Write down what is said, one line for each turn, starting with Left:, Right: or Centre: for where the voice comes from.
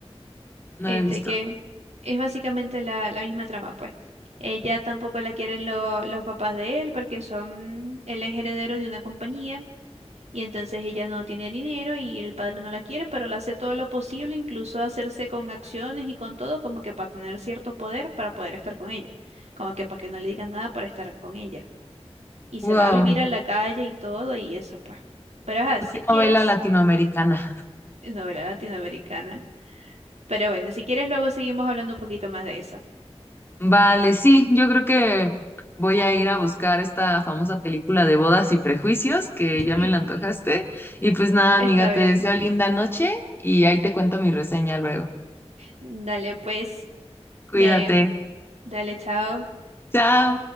Left: No
Right: este
Left: lo he visto.
Right: que es básicamente la, la misma trama, pues. Ella tampoco la quieren lo- los papás de él porque son, él es heredero de una compañía y entonces ella no tiene dinero y el padre no la quiere, pero le hace todo lo posible, incluso hacerse con acciones y con todo, como que para tener cierto poder para poder estar con ella, como que para que no le digan nada por estar con ella y
Left: Wow,
Right: se va a vivir a la calle y todo y eso, pues. Pero ajá,
Left: muy
Right: si quieres,
Left: novela latinoamericana.
Right: eh, novela latinoamericana. Pero bueno, si quieres luego seguimos hablando un poquito más de eso.
Left: Vale, sí, yo creo que voy a ir a buscar esta famosa película de Bodas y Prejuicios, que
Right: <laughs>
Left: ya me la antojaste. Y pues nada, amiga,
Right: Está
Left: te
Right: bien.
Left: deseo linda noche y ahí te cuento mi reseña luego.
Right: Dale, pues,
Left: Cuídate.
Right: me, dale, chao.
Left: Chao.